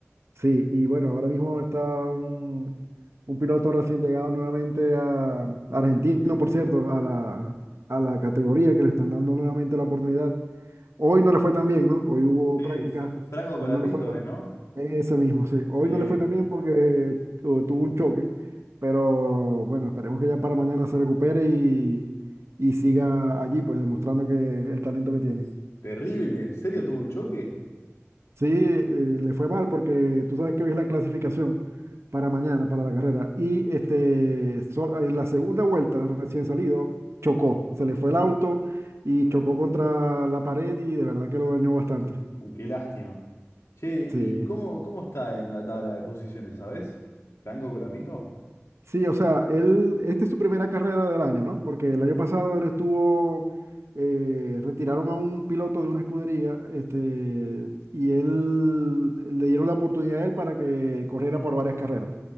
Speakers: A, on the right; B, on the left.
A: Sí, y bueno, ahora mismo está un, un piloto recién llegado nuevamente a argentino, por cierto, a la, a la categoría que le están dando nuevamente la oportunidad. Hoy no le fue tan bien, ¿no? Hoy hubo
B: Sí,
A: práctica,
B: Fra- Franco
A: hoy
B: Colapinto
A: no le fue tan
B: es, ¿no?
A: Ese mismo, sí. Hoy
B: Sí.
A: no le fue tan bien porque tu- tuvo un choque, pero bueno, esperemos que ya para mañana se recupere y, y siga allí, pues demostrando que el talento que tiene.
B: Terrible. ¿En serio tuvo un choque?
A: Sí, eh, le fue mal porque tú sabes que hoy es la clasificación para mañana, para la carrera. Y este, so- en la segunda vuelta, recién salido, chocó. Se le fue el auto y chocó contra la pared y de verdad que lo dañó bastante.
B: Uh, qué lástima. Che,
A: Sí,
B: ¿y cómo, cómo está en la tabla de posiciones, sabés? ¿Franco Colapinto?
A: sí, o sea, él, esta es su primera carrera del año, ¿no? Porque el año pasado él estuvo, eh, retiraron a un piloto de una escudería, este, y él, le dieron la oportunidad a él para que corriera por varias carreras.